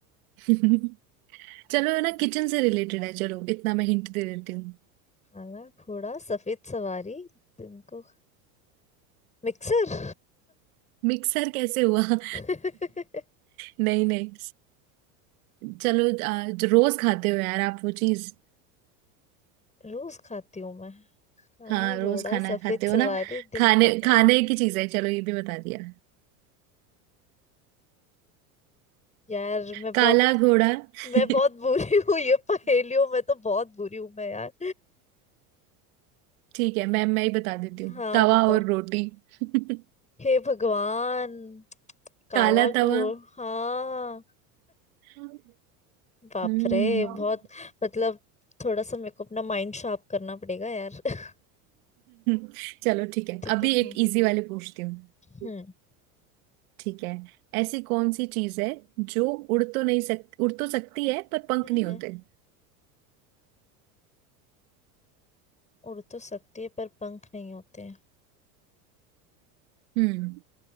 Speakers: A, on the right (about 75°); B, on the left (about 15°).
A: <laughs> चलो ये ना किचन से रिलेटेड है चलो इतना मैं हिंट दे देती हूँ
B: काला घोड़ा सफेद सवारी दिन को मिक्सर
A: मिक्सर कैसे हुआ <laughs>
B: <laughs>
A: नहीं नहीं चलो आ, जो रोज खाते हो यार आप वो चीज
B: रोज खाती हूँ मैं काला
A: हाँ
B: घोड़ा
A: रोज खाना
B: सफेद
A: खाते हो
B: सवारी
A: ना
B: दिन
A: खाने
B: को का
A: खाने की चीज है चलो ये भी बता दिया
B: यार मैं
A: काला
B: बहुत
A: घोड़ा
B: मैं
A: <laughs>
B: बहुत बुरी <laughs> हूँ ये पहेलियों में तो बहुत बुरी हूँ मैं यार
A: ठीक है मैं मैं ही बता देती हूँ
B: हाँ
A: तवा
B: बताओ
A: और रोटी <laughs>
B: हे भगवान काला
A: काला तवा
B: घोड़ हाँ
A: <laughs>
B: बाप
A: हम्म
B: रे बहुत मतलब थोड़ा सा मेरे को अपना माइंड शार्प करना पड़ेगा यार <laughs>
A: <laughs> चलो ठीक है
B: ठीक
A: अभी
B: है हम्म
A: एक इजी वाले पूछती हूँ
B: हम्म
A: ठीक है ऐसी कौन सी चीज है जो उड़ तो नहीं सकती उड़ तो सकती है पर पंख
B: हम्म
A: नहीं होते
B: हम्म। उड़ तो सकती है पर पंख नहीं होते हैं।
A: हम्म